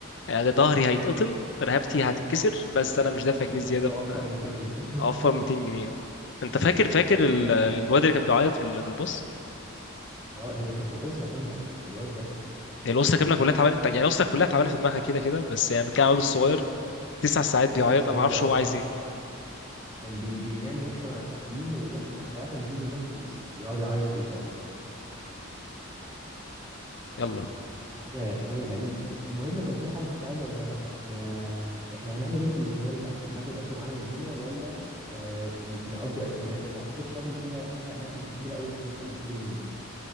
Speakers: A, on the left; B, on the right.
A: آه، ظهري هيتقطم رقبتي هتتكسر بس انا مش دافع جنيه
B: بس
A: زياده
B: أوفر
A: ف-
B: 200 جنيه
A: اوفر 200 جنيه اه انت فاكر فاكر ال-
B: <laughs> لا
A: الواد
B: لا
A: اللي كان بيعيط في ال- في الباص
B: ما هو هي كانت الأسرة كاملة مش الواد بس
A: هي الاسره كامله كلها تعبانه يعني الاسره كلها تعبانه في دماغها كده كده بس يعني كان الواد الصغير تسع ساعات بيعيط
B: الواد الصغير
A: انا ما اعرفش
B: ده أه
A: هو عايز ايه
B: كان بي بينام وإحنا صاحيين وواحد- وقت ما نيجي ننام كان يصحى ويقعد يعيط ويصوت
A: يلا
B: كانت حاجه حاجه غريبه المهم كان في حاجه كنت عايز اقولها لك احنا احنا هنعمل ايه في الحوار الاكل هناخد اكل معانا من هنا ولا آه ن- نقضي اكل من هناك قصدي اعتقد شرم فيها فيها اماكن كتيره قوي ان احنا ممكن نشتري من هناك